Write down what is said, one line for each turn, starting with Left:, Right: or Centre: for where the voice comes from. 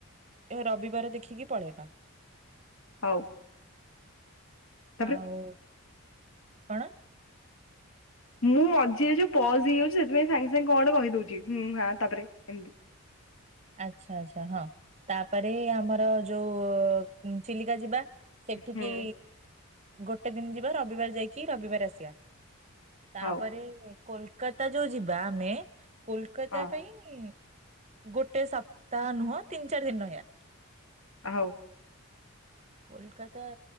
Right: ଏ ରବିବାର ଦେଖିକି ପଳେଇବା।
Left: ହଉ। ତାପରେ
Right: ଆଉ କଣ?
Left: ମୁଁ ମଝିରେ ଯୋଉ ପଜ ହେଇଯାଉଛି ସେଥିପାଇଁ ସାଙ୍ଗେ ସାଙ୍ଗେ କଣ ଗୋଟେ କହି ଦଉଛି ହୁଁ ହାଁ ତାପରେ ଏମିତି।
Right: ଆଛା ଆଚ୍ଛା ହଁ ତାପରେ ଆମର ଯୋଉ ଚିଲିକା ଯିବା। ସେଠିକି
Left: ହୁଁ
Right: ଗୋଟେ ଦିନ ଯିବା ରବିବାର ଯାଇକି ରବିବାର ଆସିବା। ତାପରେ
Left: ହଉ
Right: କୋଲକାତା ଯୋଉ ଯିବା ଆମେ କୋଲକାତା
Left: ହଁ
Right: ପାଇଁ ଗୋଟେ ସପ୍ତାହ ନୁହଁ ତିନି ଚାରି ଦିନ ରହିଆ।
Left: ହଉ।
Right: କୋଲକାତା